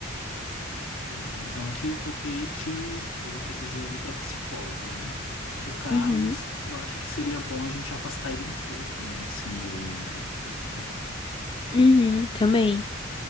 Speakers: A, on the left; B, on the left.
A: Beleza, então aqui eu coloquei que ele precisa ir para psicóloga, né? O Carlos,
B: Uhum,
A: eu acho que seria bom a gente afastar ele um pouco, né? Assim, do grupo também.
B: uhum, também.